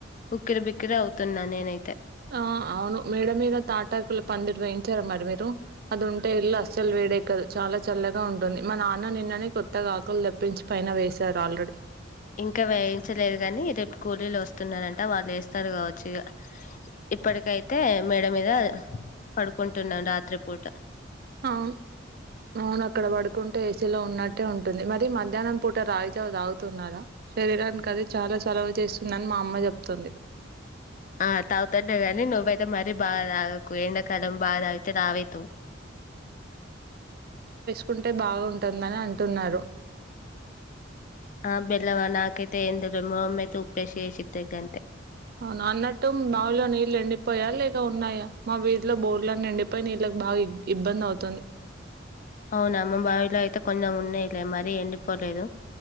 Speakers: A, on the left; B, on the right.
A: ఉక్కిరి బిక్కిరి అవుతున్నా నేనైతే
B: ఆ అవును మేడ మీద తాటాకులు పందిరి వేయించారు మరి మీరు అది ఉంటే ఇల్లు అస్సలు వేడెక్కదు చాలా చల్లగా ఉంటుంది మా నాన్న నిన్ననే కొత్తగా ఆకులు తెప్పించి పైన వేశారు ఆల్రెడీ
A: ఇంకా వేయించలేదు గాని రేపు కూలీలో వస్ స్తున్నారంట వాళ్ళు వేస్తారు కావచ్చు ఇక ఇప్పటికైతే మేడ మీద పడుకుంటునా రాత్రి పూట
B: అవును అవును అక్కడ పడుకుంటే ఏసీలో ఉన్నట్టే ఉంటుంది మరి మధ్యాహ్నం పూట రాగి జావా తాగుతున్నారా శరీరానికి అది చాలా చలవ చేస్తుందని మా అమ్మ చెపుతుంది
A: ఆ తాగుతన్న గాని నువ్వై మరి బాగా తాగకు ఎండాకాలం బాగా తాగితే లావు అయితవ్
B: కుంటే బాగుంటుందని అంటున్నారు
A: ఆ బెలవ నాక అయితే ఎమ్ తెలువదు మా మమ్మీ అయితే ఉప్పే ఏసి ఇస్తే గంతే
B: అవును అన్నట్టు మాములుగా నీళ్లు ఎండి పోయా లేక ఉన్నాయా మా విధుల్లో బోర్లని ఎం డిపోయి నీళ్ళకి బాగా ఇబ్బంది అవుతుంది
A: అవునా మా బావిలో అయితే కొంచెం ఉన్నాయిలే మరీ ఎండిపోలేదు